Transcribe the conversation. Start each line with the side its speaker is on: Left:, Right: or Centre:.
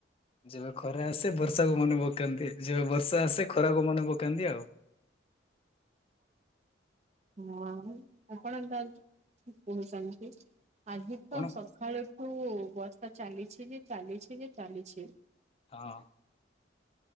Left: ଯେବେ ଖରା ଆସେ ବର୍ଷାକୁ ମନେ ପକାନ୍ତି ଯେବେ ବର୍ଷା ଆସେ ଖରାକୁ ମନେ ପକାନ୍ତି ଆଉ।
Right: ହଁ ଆପଣ କାଇଁ କହୁଚନ୍ତି। ଆଜି
Left: କଣ
Right: ତ ସକାଳଠୁ ବର୍ଷା ଚାଲିଛି ଯେ ଚାଲିଛି ଯେ ଚାଲିଛି।
Left: ହଁ।